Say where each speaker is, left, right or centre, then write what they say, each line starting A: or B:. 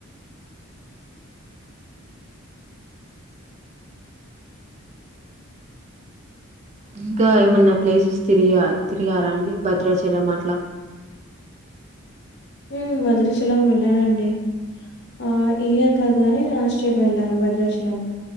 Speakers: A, on the right; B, on the left.
A: ఇంకా ఏమన్న ప్లేసస్ తిరిగా తిరిగార అండి భద్రాచలం అట్ల
B: మ్ భద్రాచలం వెళ్ళానండి. ఆ ఈ ఇయర్ కాదు కాని లాస్ట్ చొరు వెళ్ళాను వజ్రాచలం